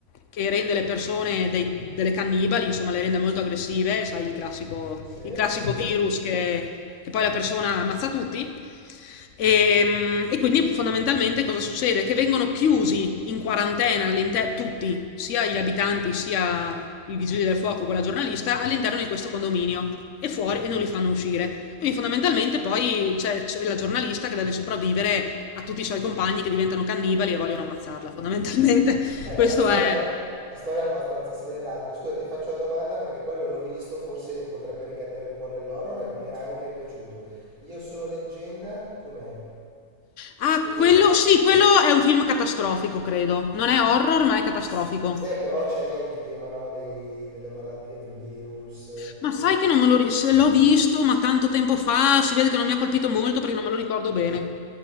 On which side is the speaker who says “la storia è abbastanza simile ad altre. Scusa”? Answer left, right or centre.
Right